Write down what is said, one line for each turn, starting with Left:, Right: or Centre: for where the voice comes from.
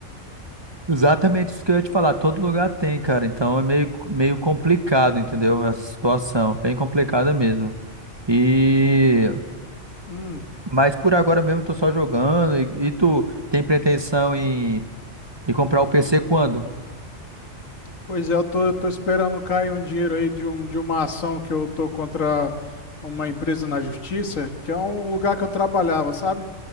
Right: Exatamente isso que eu ia te falar. Todo lugar tem, cara. Então é meio, meio complicado, entendeu? Essa situação, bem complicada mesmo. E
Left: Hum,
Right: mas por agora mesmo eu tô só jogando. E, e tu tem pretensão em, em comprar o PC quando?
Left: pois é, eu tô, eu tô esperando cair um dinheiro aí de, um, de uma ação que eu tô contra uma empresa na justiça, que é um lugar que eu trabalhava, sabe?